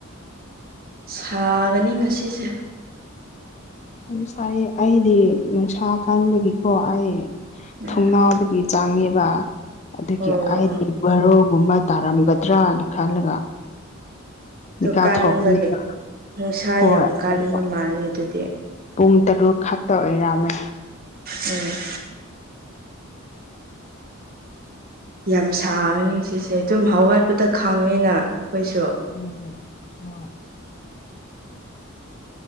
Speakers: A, on the right (about 45°); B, on the left (about 35°).
A: ꯁꯥꯒꯅꯤ ꯉꯁꯤꯁꯦ
B: ꯌꯥꯝ ꯁꯥꯏ ꯑꯩꯗꯤ ꯅꯨꯡꯁꯥ ꯀꯟꯕꯒꯤꯀꯣ ꯑꯩ
A: ꯎꯝ
B: ꯊꯣꯡꯅꯥꯎꯗꯒꯤ ꯆꯪꯉꯦꯕ ꯑꯗꯨꯒꯤ
A: ꯑꯣ ꯑꯣ
B: ꯑꯩꯗꯤ ꯕꯥꯔꯣꯒꯨꯝꯕ ꯇꯥꯔꯝꯒꯗ꯭ꯔꯅ ꯈꯜꯂꯒ
A: ꯑꯗꯨ
B: ꯃꯤꯀꯥꯞ
A: ꯀꯟꯕꯒꯤ
B: ꯊꯣꯛꯄꯅꯦꯕ
A: ꯅꯨꯡꯁꯥ
B: ꯍꯣꯏ
A: ꯌꯥꯝ ꯀꯟꯕ
B: ꯑꯗꯨꯒ
A: ꯃꯥꯜꯂꯤꯗꯨꯗꯤ
B: ꯄꯨꯡ ꯇꯔꯨꯛ ꯈꯛꯇ ꯑꯣꯏꯔꯝꯃꯦ
A: ꯎꯝ ꯌꯥꯝ ꯁꯥꯡꯉꯅꯤ ꯉꯁꯤꯁꯦ ꯇꯨꯝ ꯍꯧꯒꯠꯄꯗ ꯈꯪꯉꯤꯅ ꯈꯣꯏꯁꯨ
B: ꯎꯝ ꯍꯣꯏ